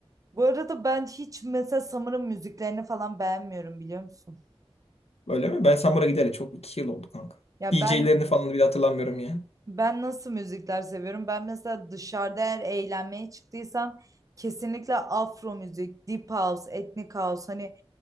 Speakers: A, on the right; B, on the left.
A: bu arada ben hiç mesela Summer'ın müziklerini falan beğenmiyorum biliyor musun?
B: Öyle mi? Ben Samura gideli çok iki yıl oldu kanka.
A: Ya
B: DJ'lerini
A: ben
B: falan bile hatırlamıyorum ya.
A: Ben nasıl müzikler seviyorum? Ben mesela dışarıda eğer eğlenmeye çıktıysam kesinlikle afro müzik, deep house, etnik house hani